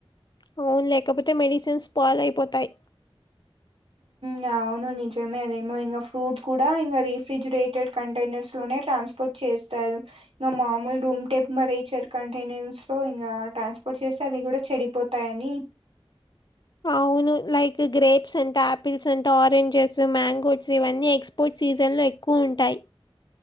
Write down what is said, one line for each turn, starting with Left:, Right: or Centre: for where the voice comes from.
Left: అవును లేకపోతే మెడిసిన్స్ స్పాయిల్ అయిపోతాయి.
Right: యా, అవును నిజమే అదేమో ఇంకా ఫ్రూట్స్ కూడా ఇంగ రిఫ్రిజరేటెడ్ కంటైనర్స్ లోనే ట్రాన్సఫర్ చేస్తారు. ఇంకా మామూలు రూమ్ టెంపరేచర్ కంటైనర్స్ లో ఇంకా ట్రాన్స్ స్పోర్ట్ చేస్తే అవి కూడా చెడిపోతాయి. నఅని
Left: అవును, లైక్ గ్రేప్స్ అంట ఆపిల్స్ అంట ఆరెంజెస్, మాంగోస్ ఇవన్నీ ఎక్స్ స్పోర్ట్ సీజన్లో ఎక్కువ ఉంటాయి.